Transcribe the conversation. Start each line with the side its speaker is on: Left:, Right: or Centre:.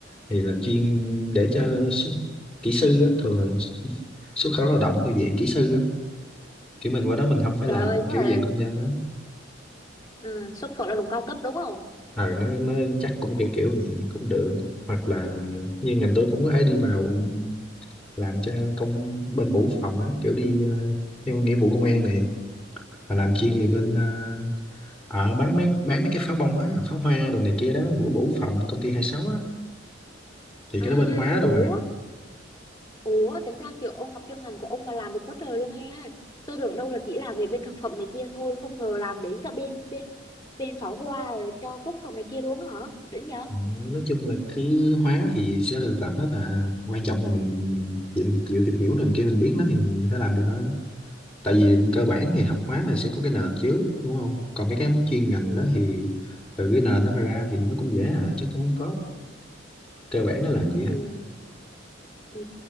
Centre: thì là chuyên để cho s- kỹ sư á thường là s- xuất khẩu lao động theo diện kỹ sư á kiểu mình qua đó mình không phải
Left: trời
Centre: làm
Left: ơi
Centre: kiểu
Left: tức là
Centre: dạng công nhân á
Left: ờ, xuất khẩu lao động cao cấp đúng không
Centre: ờ nó nó chắc cũng kiểu kiểu vậy cũng được hoặc là như ngành tôi
Left: ừ.
Centre: cũng có thể đi vào làm cho công bên bộ quốc phòng á kiểu đi ờ, theo nghĩa vụ công an này và làm chuyên
Left: Ừ.
Centre: về bên
Left: Ừ.
Centre: ờ, ờ bán mấy bán mấy cái pháo bông á pháo hoa đồ này kia đó bữa bủ phòng công ty hai sáu á thì
Left: à
Centre: cái đó bên hóa rồi
Left: ủa
Centre: mà
Left: ủa tính ra kiểu ông học chuyên ngành của ông mà làm được quá trời luôn nghe tôi tưởng đâu là chỉ là về bên thực phẩm này kia thôi không ngờ làm đến cả bên bên bên pháo hoa rồi cho quốc phòng này kia luôn á hả đỉnh nhờ
Centre: Ờ, nói chung là cứ hóa thì sẽ được làm hết à quan trọng là mình chịu, chịu tìm hiểu rồi kia mình biết nó thì mình sẽ làm được thôi tại vì cơ
Left: Ừ.
Centre: bản thì học hóa thì sẽ có cái nền chứ đúng không còn mấy cái chuyên ngành
Left: Ừ.
Centre: đó thì từ cái nền nó mà ra thì nó cũng dễ à chứ cũng không có cơ bản
Left: Ừ.
Centre: nó là gì á
Left: ừ. Ừ,